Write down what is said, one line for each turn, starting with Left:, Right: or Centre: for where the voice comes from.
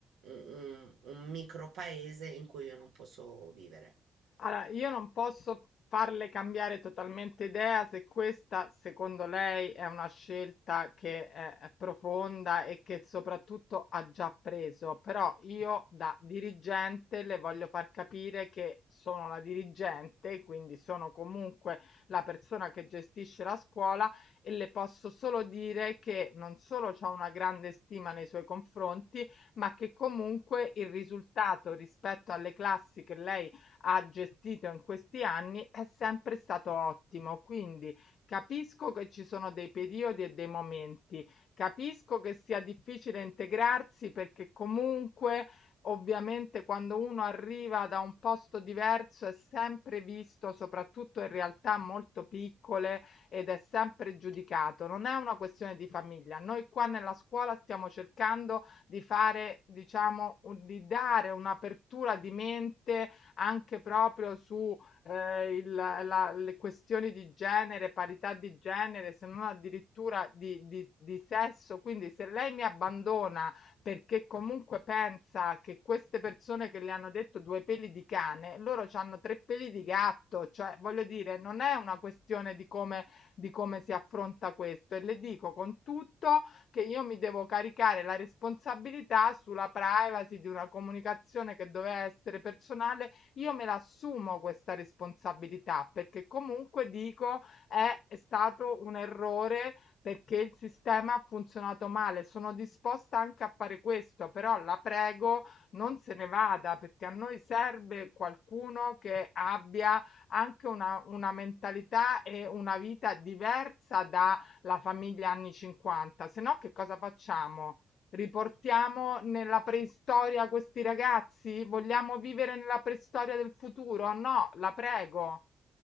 Right: u un un micropaese in cui io non posso vivere.
Left: Allora, io non posso farle cambiare totalmente idea se questa, secondo lei, è una scelta che è, è profonda e che soprattutto ha già preso, però io da dirigente le voglio far capire che sono la dirigente, quindi sono comunque la persona che gestisce la scuola e le posso solo dire che non solo ho una grande stima nei suoi confronti, ma che comunque il risultato rispetto alle classi che lei ha gestito in questi anni è sempre stato ottimo. Quindi capisco che ci sono dei periodi e dei momenti, capisco che sia difficile integrarsi perché comunque ovviamente quando uno arriva da un posto diverso è sempre visto, soprattutto in realtà molto piccole, ed è sempre giudicato. Non è una questione di famiglia. Noi qua nella scuola stiamo cercando di fare, diciamo, un- di dare un'apertura di mente anche proprio su eh, il, la, le questioni di genere, parità di genere, se non addirittura di, di, di sesso. Quindi se lei mi abbandona perché comunque pensa che queste persone che le hanno detto due peli di cane, loro hanno tre peli di gatto, cioè voglio dire, non è una questione di come, di come si affronta questo e le dico con tutto che io mi devo caricare la responsabilità sulla privacy di una comunicazione che doveva essere personale io me la assumo questa responsabilità perché comunque dico è è stato un errore perché il sistema ha funzionato male. Sono disposta anche a fare questo, però la prego non se ne vada perché a noi serve qualcuno che abbia anche una, una mentalità e una vita diversa dalla famiglia anni 50. Se no, che cosa facciamo? Riportiamo nella preistoria questi ragazzi? Vogliamo vivere nella preistoria del futuro? No, la prego.